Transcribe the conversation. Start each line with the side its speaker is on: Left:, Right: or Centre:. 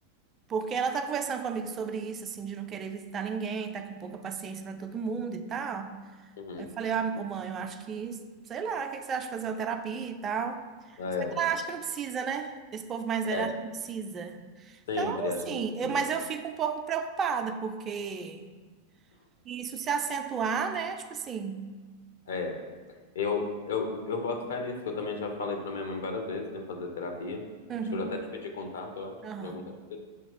Right: Porque ela tá conversando comigo sobre isso, assim, de não querer visitar ninguém, tá com pouca paciência para todo mundo e tal.
Left: uhum,
Right: Aí eu falei, ah, ô, mãe, eu acho que, sei lá, o que que você acha de fazer uma terapia e tal?
Left: é,
Right: Só que ela acha que não precisa, né? Esse povo mais velho
Left: é,
Right: acha que não precisa.
Left: sempre
Right: Então, assim,
Left: acho que não precisa.
Right: eu, mas eu fico um pouco preocupada, porque isso se acentuar, né? Tipo assim.
Left: É. Eu, eu, eu boto fé nisso, que eu também já falei pra minha mãe várias vezes, né? Fazer terapia.
Right: Uhum,
Left: Acho que eu já até te pedi contato, eu acho,
Right: aham.
Left: de algum terapeuta.